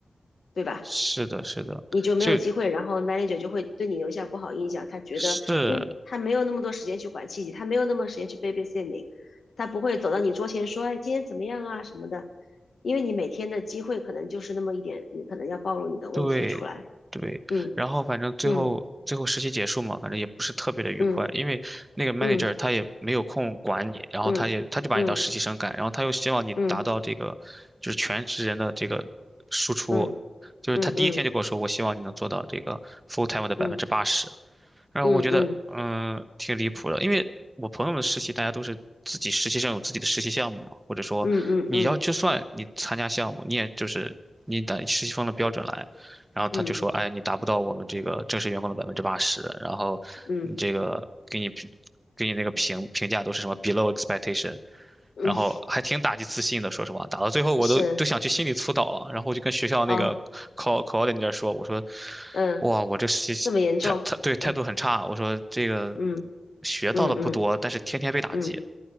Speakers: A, on the left; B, on the right.
A: 对吧？
B: 是的，是的，
A: 你就没有机会，
B: 就
A: 然后 manager 就会对你留下不好印象。他觉得，
B: 是。
A: 因为他没有那么多时间去管细节，他没有那么多时间去 babysit g 他不会走到你桌前说，哎，今天怎么样啊什么的，因为你每天的机会可能就是那么一点，你可能要暴露你的问题出来。
B: 对，对，
A: 嗯
B: 然后反正最后最后实习结束嘛，
A: 嗯
B: 反正也不是特别的愉快，
A: 嗯
B: 因为那个 manager
A: 嗯
B: 他也没有空管你，然后他也他就把你当实习生干，
A: 嗯嗯
B: 然后他又希望你达到这个就是全职人的这个输出，
A: 嗯嗯嗯
B: 就是他第一天就跟我说，
A: 嗯嗯嗯
B: 我希望你能做到这个 full time 的百分之八十，
A: 嗯
B: 然后我觉得，
A: 嗯嗯
B: 嗯，挺离谱的，因为我朋友们实习，大家都是自己实习生有自己的实习项目嘛，或者说你要就算你参加项目，
A: 嗯嗯
B: 你也就是你得实习生的标准来，然后他就说，
A: 嗯
B: 哎，你达不到我们这个正式员工的百分之八十，然后你这个给你评给你那个评评价都是什么
A: 嗯
B: below expectation，
A: 嗯，
B: 然后还挺打击自信的，说实话，打到最后我都都想去心理辅导了。
A: 是
B: 然后我就跟学校那个考考的那边说，
A: 哦，
B: 我说，
A: 嗯，
B: 哇，我这实习态态对态度很差。
A: 这么严重，嗯
B: 我说这个
A: 嗯
B: 学到的不多，
A: 嗯嗯。
B: 但是天天被打击，
A: 嗯，